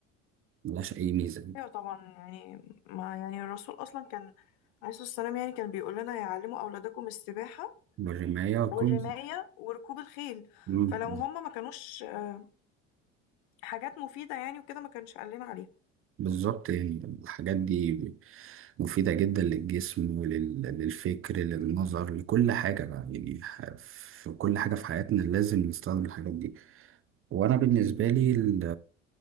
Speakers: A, on the right; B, on the left.
A: ملهاش أي ميزة يعني
B: أيوة طبعا يعني ما يعني الرسول أصلا كان عليه الصلاة والسلام يعني كان بيقول لنا يعلموا أولادكم السباحة
A: والرماية والكم
B: والرماية وركوب الخيل
A: مم.
B: فلو هم ما كانوش آه، حاجات مفيدة يعني وكده ما كانش قال لنا عليها
A: بالظبط يعني الحاجات دي مفيدة جدا للجسم وللفكر للنظر لكل حاجة بقى يعني ح- في كل حاجة في حياتنا لازم نستخدم الحاجات دي وأنا بالنسبة لي ال-